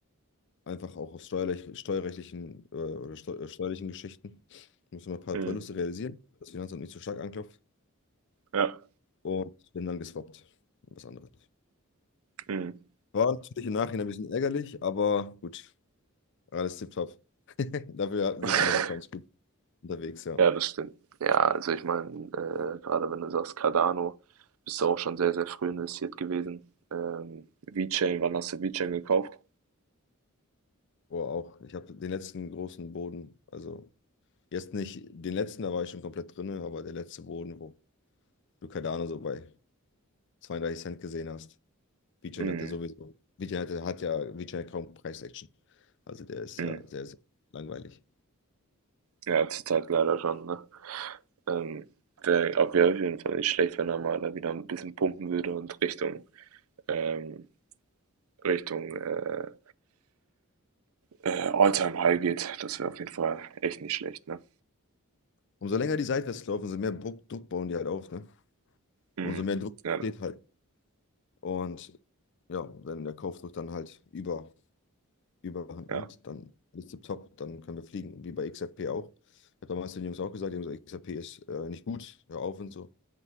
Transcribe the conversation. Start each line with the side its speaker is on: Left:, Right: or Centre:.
Left: Einfach auch aus steuerlich, steuerrechtlichen äh, oder steu äh, steuerlichen Geschichten. Ich muss immer ein paar
Right: Mhm.
Left: Verluste realisieren, damit das Finanzamt nicht so stark anklopft.
Right: Ja.
Left: Und bin dann geswappt. Was anderes.
Right: Mhm.
Left: War natürlich im Nachhinein ein bisschen ärgerlich, aber gut, alles tipptopp. <laughs> Dafür
Right: <laughs>
Left: sind andere Coins gut unterwegs, ja.
Right: Ja, das stimmt. Ja, also ich meine, äh, gerade wenn du sagst Cardano, bist du auch schon sehr, sehr früh investiert gewesen. Ähm, VeChain, wann hast du VeChain gekauft?
Left: Boah, auch. Ich habe den letzten großen Boden, also jetzt nicht den letzten, da war ich schon komplett drin, aber der letzte Boden, wo du Cardano so bei 32 Cent gesehen hast. Vigen
Right: Mhm.
Left: hat ja sowieso, Vigen hat, hat ja, Vigen hat kaum Preis-Action. Also der ist
Right: Mhm.
Left: ja sehr, sehr langweilig.
Right: Ja, zurzeit leider schon, ne? Ähm, wäre auf wär auf jeden Fall nicht schlecht, wenn er mal da wieder ein bisschen pumpen würde und Richtung, ähm, Richtung äh, äh, All-Time-High geht. Das wäre auf jeden Fall echt nicht schlecht, ne?
Left: Umso länger die Seitwärts laufen, umso mehr Druck, Druck bauen die halt auf, ne?
Right: Mhm.
Left: Umso mehr Druck
Right: Ja,
Left: steht halt. Und ja, wenn der Kaufdruck dann halt über, überhand
Right: ja,
Left: nimmt, dann ist es top, dann können wir fliegen, wie bei XRP auch. Ich habe damals den Jungs auch gesagt, die haben gesagt, XRP ist äh, nicht gut, hör auf und so.